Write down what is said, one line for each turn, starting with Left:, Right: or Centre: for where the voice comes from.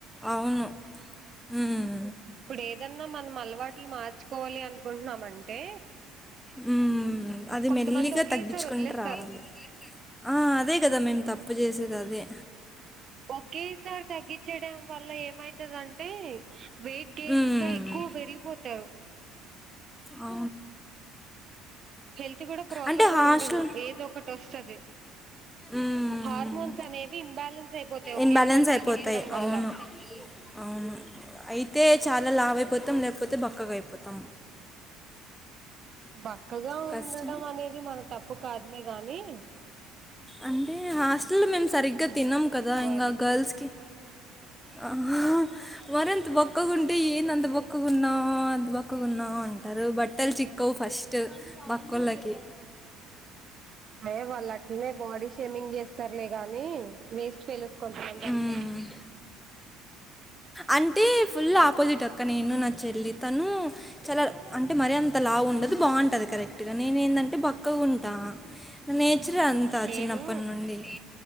Centre: అవును ఉమ్,
Right: ఇప్పుడు ఏదన్నా మనం అలవాట్లు మార్చుకోవాలి అనుకుంటున్నామంటే.
Centre: హ్మ్ అది
Right: కొంతమంది
Centre: మెల్లిగా
Right: ఒకేసారి
Centre: తగ్గించుకుంటు
Right: వదిలేస్తారు
Centre: రావాలి. ఆ అదే కదా మేము తప్పు చేసేది అదే.
Right: ఓకే సారి తగ్గించడం వల్ల ఏమైతదంటే వెయిట్ గెయిన్
Centre: ఉమ్.
Right: ఇంకా ఎక్కువ పెరిగిపోతు తో
Centre: ఆ
Right: హెల్త్ కూడా ప్రాపర్గా
Centre: అంటే హాస్టల్
Right: ఉండదు ఏదో ఒకటి వస్తది.
Centre: మ్మ్.
Right: హార్మోన్స్ అనేవి ఇంబాలెన్స్ అయిపోతాయి ఒకేసారి
Centre: ఇన్బ్యాలెన్స్
Right: తగ్గించడం
Centre: అయిపోతాయి
Right: వల్ల.
Centre: అవును అవును అయితే చాలా లావ అయిపోతాం లేకపోతే బక్కగా అయిపోతాం.
Right: బక్కగా
Centre: కష్టం
Right: ఉండడం అనేది మన తప్పు కాదులే గాని.
Centre: అంటే హాస్టల్ లో మేము సరిగ్గా
Right: దేవుడు
Centre: తిన్నాం కదా
Right: ఇచ్చుకోవాలి
Centre: ఇంకా గర్ల్స్ కి. అ మరి అంత బక్కకు ఉంటే ఏంది అంత బక్కకున్నావ్ అంత బక్కకున్నావ్ అంటారు బట్టలు చిక్. కువ ఫస్ట్ బక్కొల్లకి
Right: అయ వాళ్ళు అట్లనే బాడీ షేమింగ్ చేస్తారులే గాని వేస్ట్ ఫెలోస్ కొంతమంది
Centre: మ్మ్.
Right: అంతే.
Centre: అంటే ఫుల్ ఆపోజిట్ అక్క నేను నా చెల్లి తను. చాలా అంటే మరి అంత లావు ఉండదు బాగుంటంది కరెక్ట్గా నేను ఏంటంటే బక్కగా ఉంటా నేచరే అంత
Right: నేను
Centre: చిన్నప్పటి నుండి